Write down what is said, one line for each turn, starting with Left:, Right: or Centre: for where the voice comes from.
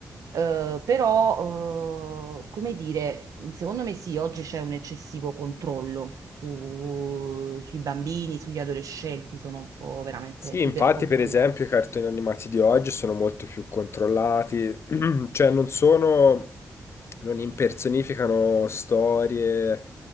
Right: Eh, però, eh, come dire, secondo me sì, oggi c'è un eccessivo controllo su- sui bambini, sugli adolescenti, sono un po' veramente
Left: Sì, infatti,
Right: ipercontrollati.
Left: per esempio, i cartoni animati di oggi sono molto più controllati, <clears throat> cioè non sono, non impersonificano storie